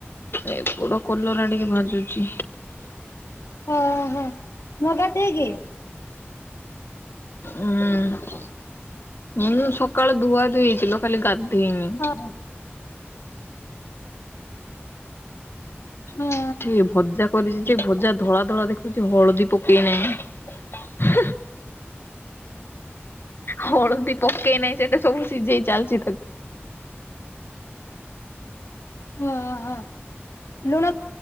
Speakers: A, on the left (about 60°); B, on the left (about 85°).
A: ଏ ବଡ କଲରା ଟିକେ ଭାଜୁଛି।
B: ହଁ ହଁ ମୁହଁ ଟା ଧୋଇକି।
A: ଉୁଁ, ମୁଁ କିନ୍ତୁ ସକାଳୁ ଧୁଆଧୁଇ ହେଇଛି ଲୋ, ଖାଲି ଗାଧେଇ ନି।
B: ହଁ। ହୁଁ।
A: ଟିକେ ଭଜା କରିଛି ଯେ, ଭଜା ଧଳା ଧଳା ଦେଖଉଛି ହଳଦୀ ପକେଇନାହିଁ। ହେଁ। ହଳଦୀ ପକେଇ ନାହିଁ, ସେଟା ସବୁ ସିଝେଇ ଚାଲିଛି ତାକୁ।
B: ଓ ହୋ‌ ଲୁଣ।